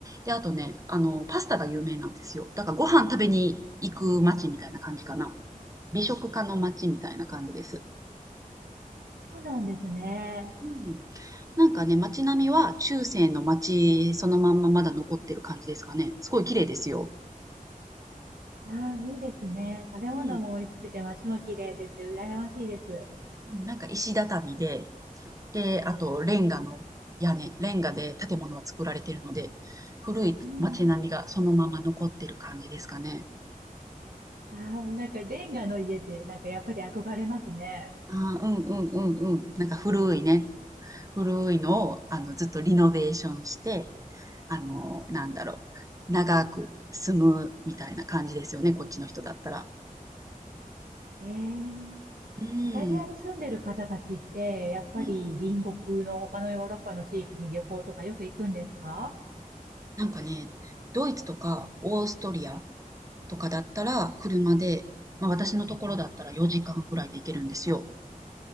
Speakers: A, on the right; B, on the right.
A: で、あとね、あの、パスタが有名なんですよ。だからご飯食べに行く街みたいな感じかな。美食家の街みたいな感じです。
B: そうなんですね。
A: うん。なんかね、街並みは中世の街そのまんままだ残ってる感じですかね。すごい綺麗ですよ。
B: ああ、いいですね。食べ物も美味しくて街も綺麗でって羨ましいです。
A: うん。うんなんか石畳で、で、あと、レンガの屋根、レンガで建物は作られているので、古い街並みがそのまま残ってる感じですかね。
B: うん。ああ、なんかレンガの家ってなんかやっぱり憧れますね。
A: あーうんうんうんうん。なんか古いね、古いのをあのずっとリノベーションして、あの、なんだろう、長く住むみたいな感じですよね、こっちの人だったら。
B: ええ、
A: うん、
B: イタリアに住んでる方たちってやっぱり隣国の他のヨーロッパの地域に旅行とかよく行くんですか
A: うん。なんかね、ドイツとかオーストリアとかだったら車で、まあ、私のところだったら4時間くらいで行けるんですよ。